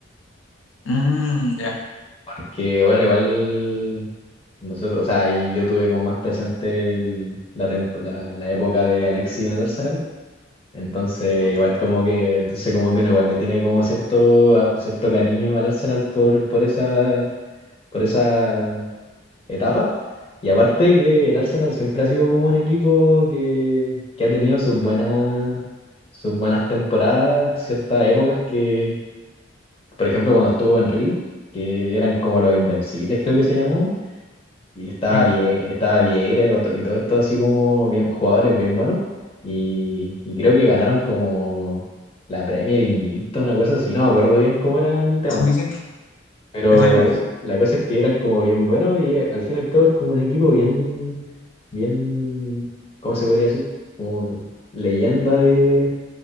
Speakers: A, on the left; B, on the left.
A: Mm, ya.
B: Porque bueno, igual nosotros, o sea, y yo tuve como más presente el- la, temp- la, la época de Alexis en el Arsenal. Entonces,
A: Mm,
B: igual
A: claro.
B: como que, entonces como que uno igual le tiene como cierto, a- cierto cariño al Arsenal por, por esa, por esa etapa. Y aparte que el Arsenal siempre ha sido como un equipo que, que ha tenido sus buenas, sus buenas temporadas, ciertas épocas que, por ejemplo, cuando estuvo Henry, que eran como los invencibles, creo que se llamaban, y estaba
A: Bueno,
B: bien, estaba Vieira y todo, y todo esto así como bien, jugadores bien buenos. Y, y creo que ganaron como la Premier Invicta, una cosa así, no me acuerdo bien cómo era el tema.
A: sí, sí, sí,
B: Pero
A: es lo mismo.
B: la cosa, la cosa es que eran como bien buenos y eh, al fin y al cabo es como un equipo bien, bien, ¿cómo se podría decir? Como leyenda de,